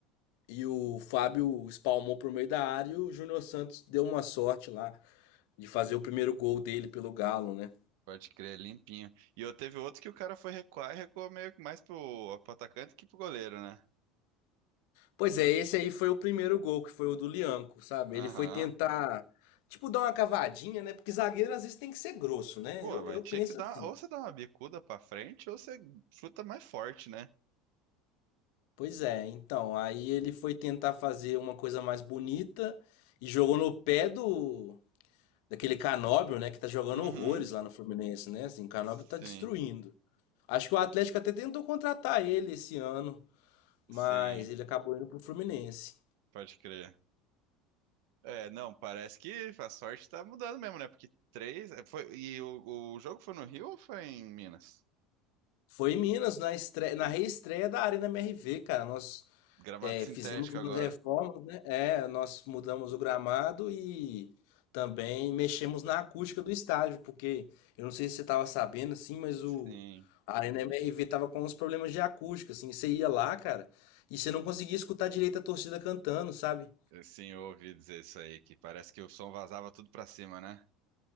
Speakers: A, on the left (about 70°); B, on the right (about 70°).
A: e o Fábio espalmou pro meio da área e o Júnior Santos deu uma sorte lá de fazer o primeiro gol dele pelo Galo, né?
B: Pode crer, limpinho. E eu teve outro que o cara foi recuar e recuou meio que mais pro, pro atacante que pro goleiro, né?
A: Pois é, esse aí foi o primeiro gol, que foi o do Lianco, sabe?
B: Aham.
A: Ele foi tentar, tipo, dar uma cavadinha, né? Porque zagueiro às vezes tem que ser grosso, né?
B: Pô,
A: Eu,
B: mas
A: eu
B: tinha
A: penso
B: que dar.
A: assim.
B: Ou você dá uma bicuda pra frente, ou você chuta mais forte, né?
A: Pois é, então, aí ele foi tentar fazer uma coisa mais bonita e jogou no pé do daquele Canóbio, né? Que tá jogando
B: Uhum.
A: horrores lá no Fluminense, né? Assim, o Canóbio
B: Sim,
A: tá destruindo. Acho que o Atlético até tentou contratar ele esse ano, mas
B: sim.
A: ele acabou indo pro Fluminense.
B: Pode crer. É, não, parece que a sorte tá mudando mesmo, né? Porque três. eh, Foi, e o, o jogo foi no Rio ou foi em Minas?
A: Foi em Minas, na estreia, na reestreia da Arena MRV, cara. Nós
B: Gramado
A: É,
B: sintético
A: fizemos umas
B: agora.
A: reformas, né? É, nós mudamos o gramado e também mexemos na acústica do estádio, porque eu não sei se você estava sabendo, assim, mas o
B: Sim,
A: a Arena MRV tava com uns problemas de acústica, assim, você ia lá, cara, e você não conseguia escutar direito a torcida cantando, sabe?
B: sim, eu ouvi dizer isso aí, que parece que o som vazava tudo pra cima, né?